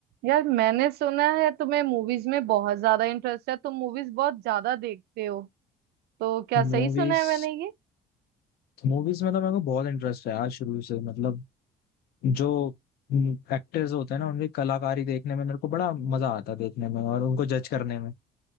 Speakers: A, on the right; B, on the left.
A: यार मैंने सुना है तुम्हें मूवीज में बहुत ज्यादा इंटरेस्ट है तुम मूवीज बहुत ज्यादा देखते हो तो क्या
B: मूवीज
A: सही सुना है मैंने ये
B: मूवीज में तो मेरे को बहुत इंटरेस्ट है यार शुरू से मतलब जो एक्टर्स होते हैं ना उनकी कलाकारी देखने में मेरे को बड़ा मजा आता है देखने में और उनको जज करने में